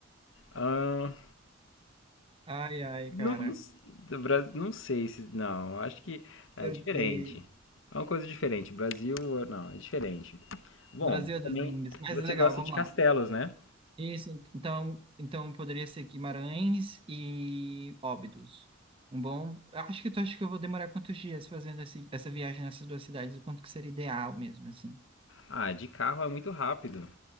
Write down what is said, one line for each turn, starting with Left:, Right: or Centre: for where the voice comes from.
Left: Ah,
Right: Ai, ai,
Left: não,
Right: cara.
Left: s- do Bra- não sei se. Não, acho que é
Right: Eu
Left: diferente.
Right: sei.
Left: É uma coisa diferente. Brasil, não, é diferente. Bom,
Right: Brasil
Left: mas
Right: é dos
Left: também
Right: índios, mas
Left: você
Right: é legal,
Left: gosta
Right: vamos
Left: de castelos,
Right: lá.
Left: né?
Right: Isso, en- então, então poderia ser Guimarães e Óbidos. Um bom. Acho que tu acha que eu vou demorar quantos dias fazendo esse- essa viagem nessas duas cidades? O quanto que seria ideal mesmo, assim?
Left: Ah, de carro é muito rápido.